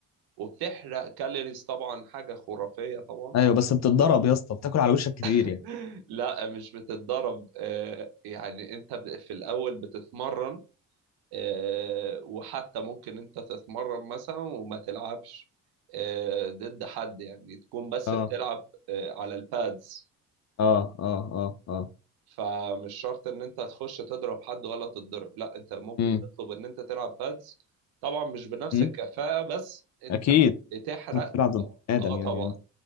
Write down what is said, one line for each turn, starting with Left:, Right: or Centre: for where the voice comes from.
Right: وبتحرق كالوريز طبعا حاجة خرافية طبعا
Left: ايوه بس بتتضرب يا اسطى بتاكل على وشك كتير
Right: <laughs>
Left: يعني
Right: لا مش بتتضرب آه، يعني انت في الأول بتتمرن آه، وحتى ممكن انت تتمرن مثلا وما تلعبش آه، ضد حد يعني تكون بس
Left: اه
Right: بتلعب آه، على البادز
Left: اه اه اه اه
Right: فمش شرط ان انت تخش تضرب حد ولا تتضرب لا انت ممكن
Left: امم
Right: تطلب ان انت تلعب بادز طبعا مش بنفس
Left: امم
Right: الكفاءة بس انت
Left: اكيد
Right: بتحرق
Left: لازم تلعب ضد بني ادم
Right: اه طبعا
Left: يعني اه